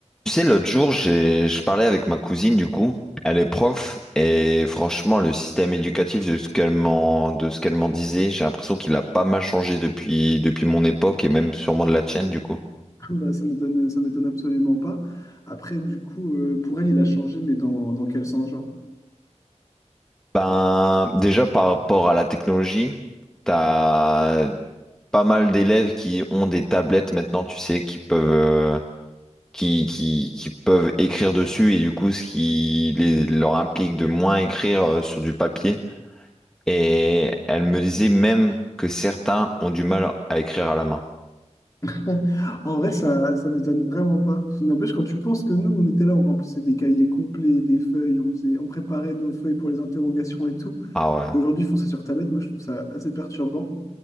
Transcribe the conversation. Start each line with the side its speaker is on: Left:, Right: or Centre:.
Centre: Tu sais, l'autre jour, j'ai, je parlais avec ma cousine, du coup. Elle est prof, et franchement, le système éducatif de ce qu'elle m'en, de ce qu'elle m'en disait, j'ai l'impression qu'il a pas mal changé depuis, depuis mon époque, et même sûrement de la tienne, du coup.
Left: Bah, ça m'étonne, ça m'étonne absolument pas. Après, du coup, euh, pour elle, il a changé, mais dans, dans quel sens, genre?
Centre: Ben, déjà, par rapport à la technologie, t'as pas mal d'élèves qui ont des tablettes maintenant, tu sais, qui peuvent, euh, qui, qui, qui peuvent écrire dessus, et du coup, ce qui les- leur implique de moins écrire euh, sur du papier. Et elle me disait même que certains ont du mal à écrire à la main.
Left: <laughs> En vrai, ça, ça m'étonne vraiment pas. N'empêche, quand tu penses que nous, on était là, on remplissait des cahiers complets, des feuilles, on faisait, on préparait nos feuilles pour les interrogations et tout.
Centre: Ah ouais.
Left: Et Aujourd'hui, ils font ça sur tablette. Moi, je trouve ça assez perturbant.